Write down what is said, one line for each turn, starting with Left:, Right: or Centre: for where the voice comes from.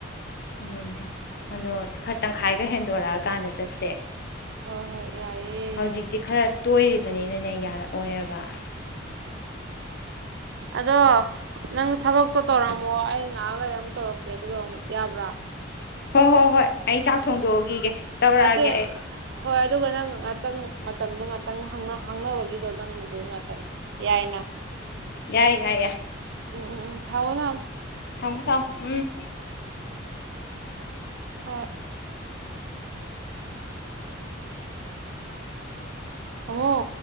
Left: ꯑꯗꯨꯅꯤ ꯑꯗꯣ ꯈꯔ ꯇꯪꯈꯥꯏꯒ ꯍꯦꯟꯗꯣꯔꯛꯑꯀꯥꯟꯗ ꯆꯠꯁꯦ
Right: ꯍꯣꯏ ꯍꯣꯏ ꯌꯥꯏꯌꯦ
Left: ꯍꯧꯖꯤꯛꯇꯤ
Right: ꯌꯥꯏꯌꯦ
Left: ꯈꯔ ꯇꯣꯏꯔꯤ ꯕꯅꯤꯅꯅꯦ ꯌꯥꯔꯛꯑꯣꯏꯕ
Right: ꯑꯗꯣ ꯅꯪ ꯊꯕꯛ ꯇꯣ ꯇꯧꯔꯝ ꯑꯃꯃꯣ ꯑꯩ ꯉꯥꯏꯍꯥꯛ ꯂꯩꯔ ꯑꯃꯨꯛ ꯇꯧꯔꯛꯀꯦ ꯑꯗꯨꯒ ꯑꯃꯨꯛ ꯌꯥꯕ꯭ꯔꯣ
Left: ꯍꯣ ꯍꯣ ꯍꯣꯏ ꯑꯩ ꯆꯥꯛ ꯊꯣꯡꯗꯣꯛꯎꯒꯤꯒꯦ ꯇꯧꯔꯛꯑꯒꯦ
Right: ꯑꯇꯩ
Left: ꯑꯩ
Right: ꯍꯣꯏ ꯑꯗꯨꯒ ꯅꯪ ꯉꯥꯛꯇꯪ ꯃꯇꯝꯗꯣ ꯉꯥꯛꯇꯪ ꯍꯥꯡ ꯍꯥꯡꯅꯕꯒꯤꯗꯣ ꯅꯪ ꯉꯥꯛꯇꯪ ꯌꯥꯏꯅ
Left: ꯌꯥꯏ ꯌꯥꯏ ꯌꯥ <inaudible>
Right: ꯎꯝ ꯎꯝ ꯎꯝ ꯊꯝꯃꯣ ꯊꯝꯃꯣ
Left: ꯊꯃꯣ ꯊꯃꯣ ꯎꯝ
Right: ꯍꯣꯏ ꯊꯝꯃꯣ